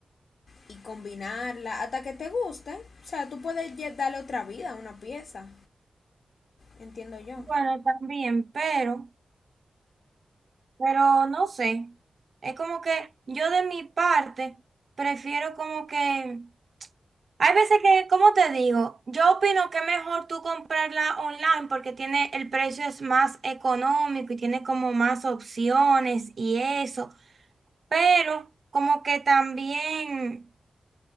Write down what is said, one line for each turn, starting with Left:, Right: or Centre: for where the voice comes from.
Left: y combinarla hasta que te guste. O sea, tú puedes ya darle otra vida a una pieza, entiendo yo.
Right: Bueno, también, pero, pero no sé. Es como que yo de mi parte prefiero como que Hay veces que, como te digo, yo opino que es mejor tú comprarla online porque tiene, el precio es más económico y tiene como más opciones y eso. Pero como que también,